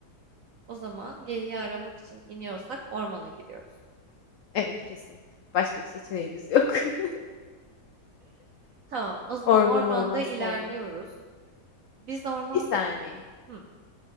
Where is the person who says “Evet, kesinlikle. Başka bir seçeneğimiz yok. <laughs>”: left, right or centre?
Left